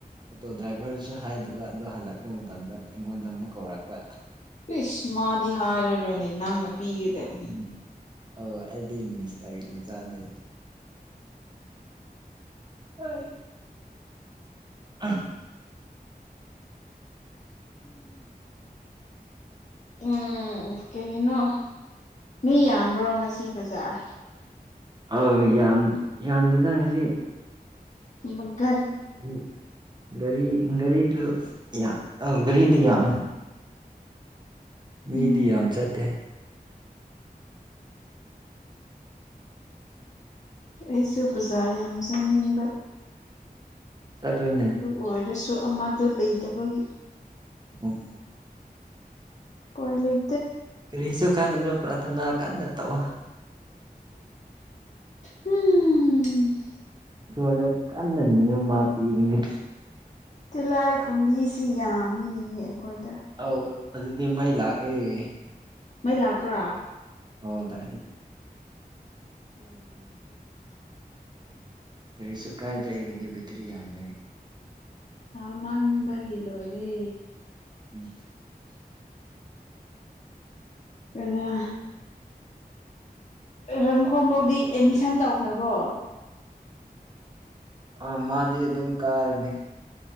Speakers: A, on the right (about 25°); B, on the left (about 45°).
A: ꯑꯣꯇꯣ ꯗ꯭ꯔꯥꯏꯚꯔꯗꯨꯁꯨ ꯍꯥꯏꯗꯨꯕ ꯑꯗꯨ ꯍꯜꯂꯛꯄ ꯃꯇꯝꯗ ꯑꯩꯉꯣꯟꯗ ꯑꯃꯨꯛ ꯀꯧꯔꯛꯄ
B: ꯏꯁ ꯃꯥ ꯗꯤ ꯍꯥꯏꯔꯔꯣꯏꯅꯦ ꯅꯪꯅ ꯄꯤꯒꯗꯕꯅꯤ
A: ꯎꯝ ꯑ ꯑꯩꯗꯤ ꯃꯤꯅꯤꯁꯇꯔꯒꯤ ꯃꯆꯥꯅꯦ ꯍ ꯑ
B: ꯎꯝ ꯀꯅꯣ ꯃꯤ ꯌꯥꯝꯕ꯭ꯔꯣ ꯉꯁꯤ ꯕꯖꯥꯔ
A: ꯑ ꯌꯥꯝ ꯌꯥꯝꯗꯦꯗꯥꯅ ꯁꯤ
B: ꯎ
A: ꯎꯝ ꯒꯥꯔꯤ ꯒꯥꯔꯤꯁꯨ ꯌꯥ ꯑ ꯔꯤꯗꯤ ꯌꯥꯝ ꯃꯤꯗꯤ
B: ꯎꯝ
A: ꯌꯥꯝ ꯆꯠꯇꯦ
B: ꯑꯩꯁꯨꯦ ꯕꯖꯥꯔ ꯌꯥꯝ ꯆꯥꯅꯤꯡꯕ
A: ꯆꯠꯂꯨꯅꯦ
B: ꯑꯣꯏ ꯑꯃꯗ ꯂꯩꯇꯕꯒꯤ
A: ꯎ
B: ꯄꯣꯏ ꯂꯩ
A: ꯀꯔꯤꯁꯨ ꯈꯪꯅ ꯄꯔꯊꯅꯥ ꯀꯅꯠꯇꯧꯣ
B: ꯎꯝ
A: ꯁꯣꯔꯗ ꯀꯟꯅꯅꯤꯉ ꯃꯥ ꯄꯤꯒꯅꯤ
B: ꯇꯤꯜꯍꯥꯏꯈꯨꯝꯕꯤꯁꯤ ꯌꯥꯝꯃꯤꯅꯦꯍꯦ ꯑꯩꯈꯣꯏꯗ
A: ꯑꯥꯎ ꯑꯗꯨꯗꯤꯃ ꯏꯂ ꯑꯦ
B: ꯃꯩ ꯂꯥꯛꯄ꯭ꯔꯥ
A: ꯍꯗ
B: ꯑꯣ
A: ꯀꯔꯤꯁꯨ ꯀꯥꯏꯗ ꯑꯩꯒꯤꯗꯤ ꯕꯤꯦꯇ꯭ꯔꯤ ꯌꯥꯝ ꯂꯩ
B: ꯍꯃꯥꯟ ꯃꯥꯒꯤ ꯂꯣꯏꯔꯦ
A: ꯎꯝ <unintelligible>
B: ꯀ <unintelligible> ꯔꯝꯈꯣ ꯐꯥꯎꯗꯤ ꯑꯦꯗꯃꯤꯁꯟ ꯇꯧꯈ꯭ꯔꯕꯣ
A: ꯑꯥ ꯃꯥꯗꯤ ꯑꯗꯨꯝ ꯀꯥꯔꯅꯤ